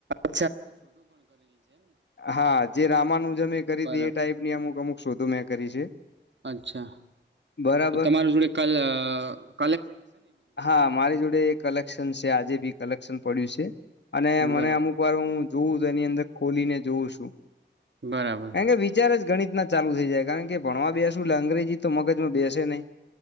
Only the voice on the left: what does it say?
હા જે રામાનુજમે કરી
હતી એ ટાઈપ ની અમુક અમુક શોધો મેં કરી છે.
બરાબર
હા મારી જોડે કલેક્શન છે આજે ભી કલેક્શન પડ્યું છે. અને મને
અમુક વાર હું જોઉું તો એની અંદર ખોલીને જોઉં છું.
કારણ કે વિચાર જ ગણિત ર ચાલુ થઈ જાય કારણ કે ભણવા બેસું એટલે અંગ્રેજી તો મગજમાં બેસે નહીં.